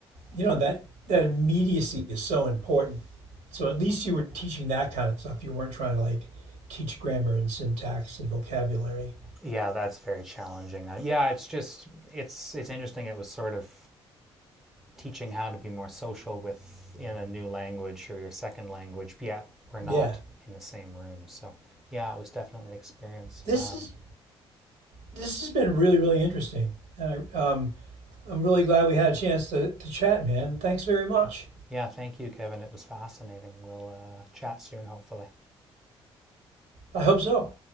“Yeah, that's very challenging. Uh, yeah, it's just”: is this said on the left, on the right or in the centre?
Centre